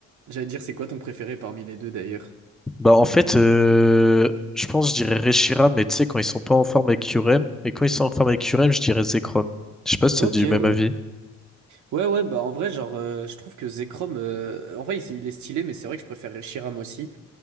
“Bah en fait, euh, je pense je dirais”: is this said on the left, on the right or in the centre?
Centre